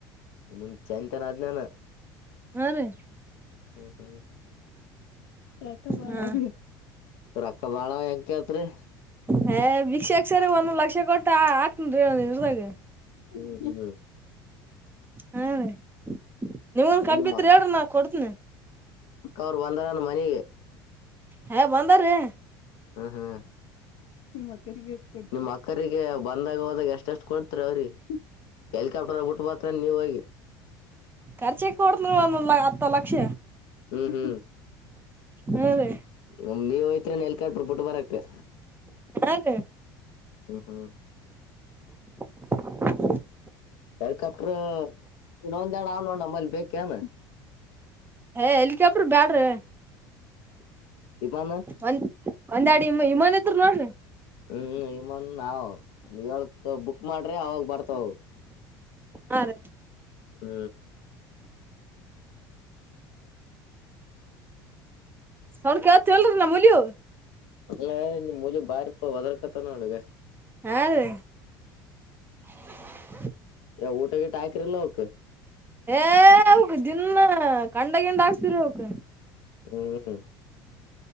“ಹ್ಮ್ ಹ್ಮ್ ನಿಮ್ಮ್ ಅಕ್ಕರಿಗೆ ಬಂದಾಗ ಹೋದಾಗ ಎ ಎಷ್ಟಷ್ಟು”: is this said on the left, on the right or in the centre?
Left